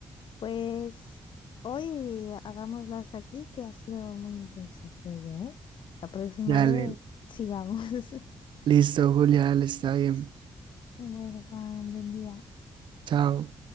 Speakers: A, on the left; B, on the right.
A: pues hoy hagámoslo hasta aquí, que ha sido muy intenso, creo yo, ¿eh? La próxima
B: Dale,
A: vez sigamos. <laughs>
B: listo, Julia, dale, está bien.
A: Bueno, Juan, un buen día.
B: Chao.